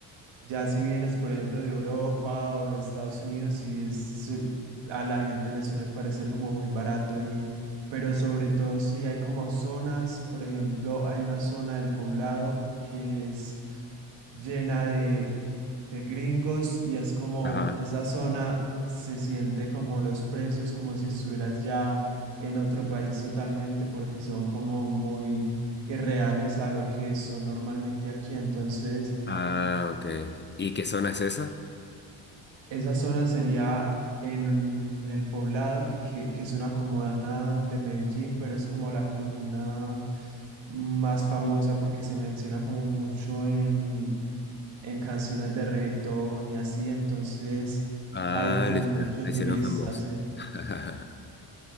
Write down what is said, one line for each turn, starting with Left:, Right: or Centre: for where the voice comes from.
Right: ya si vienes, por ejemplo, de Europa o de Estados Unidos, y es, su- a la gente le suele parecer como muy barato y, pero sobre todo si hay como zonas, por ejemplo, hay una zona del poblado que es llena de, de gringos y es como
Left: Ajá.
Right: esa zona se siente como los precios, como si estuvieras ya en otro país totalmente, porque son como muy irreales a lo que son normalmente aquí. Entonces,
Left: Ah, ok. ¿Y qué zona es esa?
Right: Esa zona sería en el poblado, que, que, que es una comuna de Medellín, pero es como la comuna más famosa porque se menciona como mucho en, en canciones de reggaetón y así, entonces
Left: Ah,
Right: hay como
Left: le, hicieron-
Right: mucho
Left: le
Right: turista,
Left: hicieron famosa.
Right: sí.
Left: <laughs>